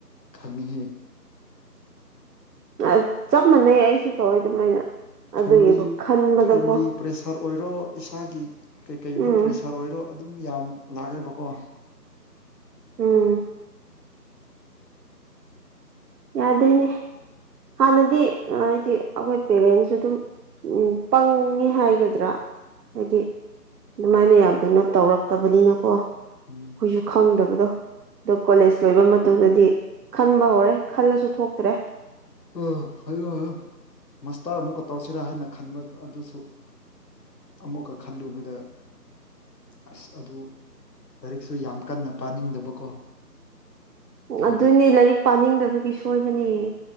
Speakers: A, on the left; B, on the right.
A: ꯈꯪꯉꯦꯍꯦ
B: ꯑ ꯆꯞ ꯃꯥꯟꯅꯩ ꯑꯩꯁꯨ ꯇꯧꯋꯦ ꯑꯗꯨꯃꯥꯏꯅ ꯑꯗꯨꯒꯤꯀꯣ
A: ꯐꯦꯝꯂꯤ
B: ꯈꯟꯕꯗꯀꯣ
A: ꯐꯦꯝꯃꯂꯤ ꯄ꯭ꯔꯦꯁꯔ ꯑꯣꯏꯔꯣ ꯏꯁꯥꯒꯤ ꯀꯩ ꯀꯩꯅꯣ
B: ꯎꯝ
A: ꯄ꯭ꯔꯦꯁꯔ ꯑꯣꯏꯔꯣ ꯑꯗꯨꯝ ꯌꯥꯝ ꯂꯥꯛꯑꯦꯕꯀꯣ
B: ꯎꯝ ꯌꯥꯗꯦꯅꯦ ꯍꯥꯟꯅꯗꯤ ꯍꯥꯏꯗꯤ ꯑꯩꯈꯣꯏ ꯄꯦꯔꯦꯟꯁꯨ ꯑꯗꯨꯝ ꯎꯝ ꯄꯪꯉꯦ ꯍꯥꯏꯒꯗ꯭ꯔꯥ ꯍꯥꯏꯗꯤ ꯑꯗꯨꯃꯥꯏꯅ ꯌꯥꯝ ꯀꯩꯅꯣ ꯇꯧꯔꯛꯇꯕꯅꯤꯅꯀꯣ ꯑꯩꯈꯣꯏꯁꯨ
A: ꯎꯝ
B: ꯈꯪꯗꯕꯗꯣ ꯑꯗꯣ ꯀꯣꯂꯦꯖ ꯂꯣꯏꯕ ꯃꯇꯨꯡꯗꯗꯤ ꯈꯟꯕ ꯍꯧꯔꯦ ꯈꯜꯂꯁꯨ ꯊꯣꯛꯇ꯭ꯔꯦ
A: ꯑ ꯍꯥꯏꯌꯣ ꯍꯥꯢꯌꯣ ꯃꯁꯇꯔ ꯑꯃꯨꯛꯀ ꯇꯧꯁꯤꯔꯥ ꯍꯥꯏꯅ ꯈꯟꯕ ꯑꯗꯨꯁꯨ ꯑꯃꯨꯛꯀ ꯈꯜꯂꯨꯕꯗ ꯑꯁ ꯑꯗꯨ ꯂꯥꯏꯔꯤꯛꯁꯨ ꯌꯥꯝ ꯀꯟꯅ ꯄꯥꯅꯤꯡꯗꯕꯀꯣ ꯑꯗꯨꯒꯤ
B: ꯑꯗꯨꯅꯦ ꯂꯥꯏꯔꯤꯛ ꯄꯥꯅꯤꯡꯗꯕꯒꯤ ꯁꯣꯏꯕꯅꯦ